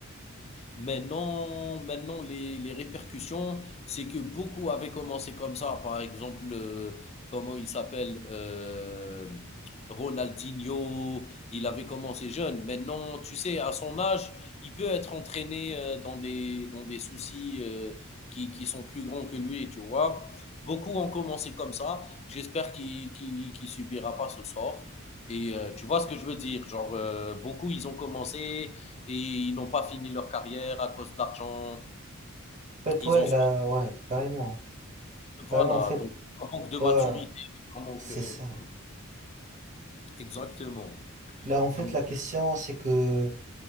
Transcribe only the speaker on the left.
Maintenant, maintenant les, les répercussions, c'est que beaucoup avaient commencé comme ça. Par exemple, euh, comment il s'appelle euh, Ronaldinho, il avait commencé jeune. Maintenant, tu sais, à son âge, il peut être entraîné euh, dans des, dans des soucis euh, qui, qui sont plus grands que lui, tu vois. Beaucoup ont commencé comme ça. J'espère qu'il qu'il, qu'il subira pas ce sort. Et euh, tu vois ce que je veux dire, genre euh, beaucoup ils ont commencé, et ils n'ont pas fini leur carrière à cause de l'argent.
Ils
ont
soit.
Voilà,
donc par manque de maturité,
par manque.
euh,
Exactement.
Donc,
euh,